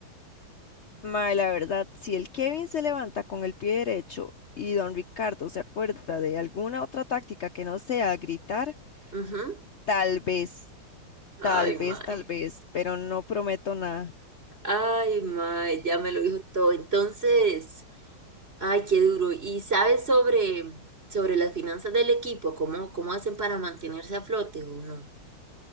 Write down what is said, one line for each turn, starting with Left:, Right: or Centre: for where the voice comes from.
Left: Mae, la verdad, si el Kevin se levanta con el pie derecho y don Ricardo se acuerda de alguna otra táctica que no sea gritar,
Right: <laughs> Ujú.
Left: tal vez, tal
Right: Ay,
Left: vez,
Right: mae.
Left: tal vez, pero no prometo nada.
Right: Ay, mae, ya me lo dijo todo. Entonces. Ay, qué duro. ¿Y sabes sobre, sobre las finanzas del equipo? ¿Cómo, cómo hacen para mantenerse a flote o no?